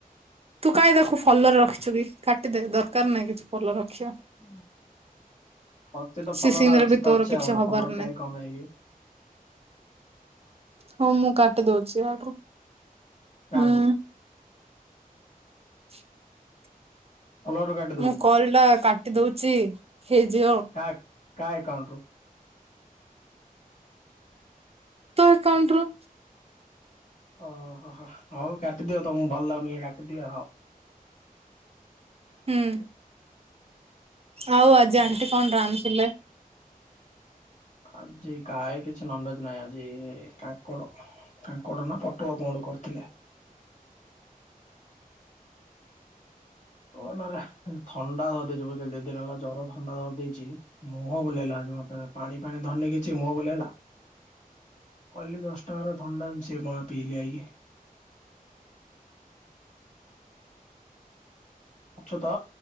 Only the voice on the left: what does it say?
ନାଁ। ଖର୍ଚ୍ଚ ତ ଫଲ
ଟା
ଅଛି
ତ
ଅଛି
ଆଉ ଗୋଟେ
ଫଲର କାଇଁ କମେଇବି।
କାହାକୁ
ଫଲୋରୁ କାଟିଦବୁ
କା କା ଏକାଉଣ୍ଟ ରୁ
ଅ ହ ହ ହଉ କାଟିଦିଅ ତମକୁ ଭଲ ଲାଗୁନି ଏ କାଟିଦିଅ ହଉ।
ଆଜି କାଇ କିଛି ନନଭେଜ ନାଇଁ ଆଜି କାଙ୍କଡ କାଙ୍କଡ ନା ପୋଟଳ କଁ ଗୋଟେ କରିଥିଲେ। ଓ ନରେ ଥଣ୍ଡା ଧରି ଦେଇଚି ବୁଝ ଦି ଦିନ ହେଲା ଜର ଥଣ୍ଡା ଧରି ଦେଇଚି। ମୁହଁ ବୁଲେଇଲା ମତେ ପାଣି ପାଣି ଧନେଇ କିଛି ମୁହଁ ବୁଲେଇଲା କଇଲି ଦଶ୍ ଟାଙ୍କାରେ ଥଣ୍ଡା ମିଶି ପଣା ପଇଲି ଆଇ ଅଛୁତ